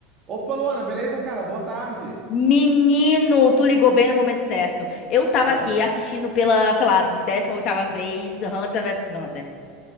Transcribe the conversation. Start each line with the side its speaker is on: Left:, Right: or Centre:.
Right: Opa, Luana, beleza, cara? Boa tarde.
Left: Menino, tu ligou bem no momento certo. Eu tava
Right: Ah,
Left: aqui assistindo pela, sei lá, décima oitava vez Hunter versus Hunter.